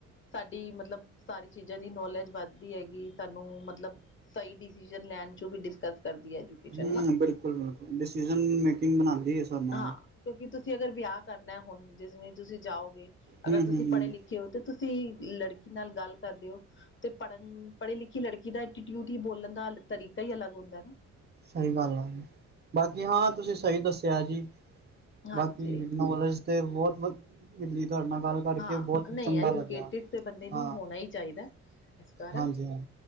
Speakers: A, on the left; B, on the right.
A: ਸਾਡੀ ਮਤਲਬ ਸਾਰੀਆਂ ਚੀਜ਼ਾਂ ਦੀ ਨੌਲੇਜ ਵੱਧਦੀ ਹੈਗੀ ਸਾਨੂੰ ਮਤਲਬ ਸਹੀ ਡਿਸੀਜ਼ਨ, ਲੈਣ ਚ ਵੀ ਡਿਸਕਸ ਕਰਦੀ, ਹੈ ਐਜੂਕੇਸ਼ਨ
B: ਹੂ
A: ਨਾ
B: ਬਿਲਕੁਲ ਬਿਲਕੁਲ ਡਿਸੀਜ਼ਨ ਮੇਕਿੰਗ ਬਣਾਉਂਦੀ, ਹੈ ਸਾਨੂੰ
A: ਆ ਕਿਉਂਕਿ, ਤੁਸੀਂ ਅਗਰ ਵਿਆਹ ਕਰਨਾ ਹੁਣ ਜਿਵੇਂ ਤੁਸੀਂ ਜਾਓਗੇ,
B: ਹਮ
A: ਅਗਰ
B: ਹਮ
A: ਤੁਸੀਂ
B: ਹਮ
A: ਪੜ੍ਹੇ ਲਿਖੇ ਕਿਉਂ ਕਿ, ਤੁਸੀਂ ਲੜਕੀ ਨਾਲ ਗੱਲ ਕਰਦੇ ਹੋ? ਤੇ ਪੜ੍ਹਨ, ਪੜੀ ਲਿਖੀ ਲੜਕੀ ਦਾ ਐਟੀਟਿਊਡ, ਹੀ ਬੋਲਣ ਦਾ ਤਰੀਕਾ ਹੀ, ਅਲੱਗ ਹੁੰਦਾ ਨਾ
B: ਸਹੀ ਗੱਲ ਆ, ਬਸ ਜੀ ਹਾਂ ਤੁਸੀਂ ਸਹੀ, ਦੱਸਿਆ ਜੀ
A: ਹਾਂਜੀ
B: ਬਾਕੀ ਨੌਲੇਜ ਤੇ ਬਹੁਤ ਵਧੀ ਜੀ, ਤੁਹਾਡੇ ਨਾਲ ਕਰਕੇ
A: ਹਾਂ
B: ਗੱਲ ਬਹੁਤ
A: ਨਹੀਂ,
B: ਚੰਗਾ
A: ਐਜੂਕੇਟਿਡ
B: ਲੱਗਿਆ
A: ਬੰਦੇ ਨੂੰ
B: ਹਾਂ
A: ਹੋਣਾ ਹੀ ਚਾਹੀਦਾ, ਇਸ ਕਾਰਨ
B: ਹਾਂਜੀ ਹਾਂ